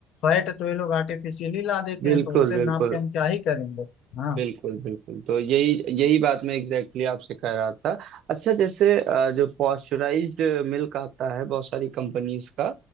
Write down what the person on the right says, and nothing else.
बिल्कुल
बिल्कुल
बिल्कुल बिल्कुल तो यही यही बात मैं एग्जैक्टली exactly आपसे कह रहा था अच्छा जैसे अ, जो पॉस्चराइज्ड मिल्क आता है बहुत सारी कंपनीज का